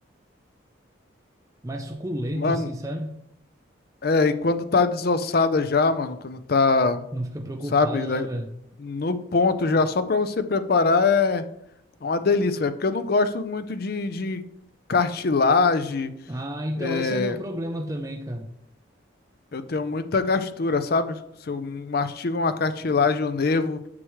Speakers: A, on the right; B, on the left.
A: mais suculenta,
B: Mano,
A: assim, sabe?
B: é, e quando tá desossada já, mano, quando tá,
A: Não fica preocupado,
B: sabe, da-
A: né, velho?
B: no ponto já, só pra você preparar é é uma delícia, velho. Porque eu não gosto muito de, de cartilagem,
A: Ah, então
B: é,
A: esse é o meu problema também, cara.
B: eu tenho muita gastura, sabe? Se eu mastigo uma cartilagem, o nervo